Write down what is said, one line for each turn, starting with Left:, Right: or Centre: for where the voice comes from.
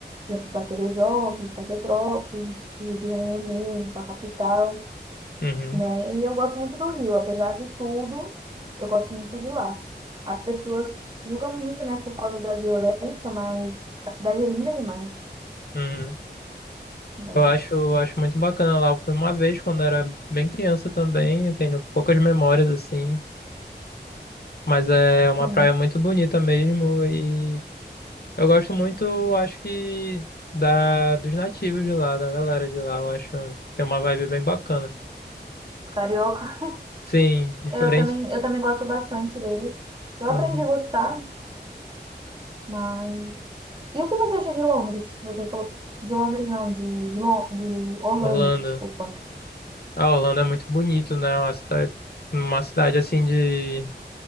Right: já fui pra Teresópolis, pra Petrópolis, Rio de Janeiro mesmo, pra capital,
Left: Uhum,
Right: né? E eu gosto muito do Rio, apesar de tudo, eu gosto muito de lá. As pessoas julgam muito, né, por causa da violência, mas a cidade é linda demais,
Left: uhum.
Right: né?
Left: Eu acho, eu acho muito bacana lá. Eu fui uma vez quando era bem criança também. Eu tenho poucas memórias assim. Mas é uma
Right: Sim,
Left: praia muito bonita mesmo. E eu gosto muito, acho que, da, dos nativos de lá, da galera de lá. Eu acho que tem uma vibe bem bacana.
Right: os carioca,
Left: Sim, diferente.
Right: eu também, eu também gosto bastante deles. Eu
Left: Uhum.
Right: aprendi a gostar, Mas. E o que você acha de Londres? Você falou. De Londres, não, de, de, Lon- de Orlando,
Left: Orlando.
Right: desculpa.
Left: Ah, Orlando é muito bonito, né? É Uma cidade, uma cidade assim de,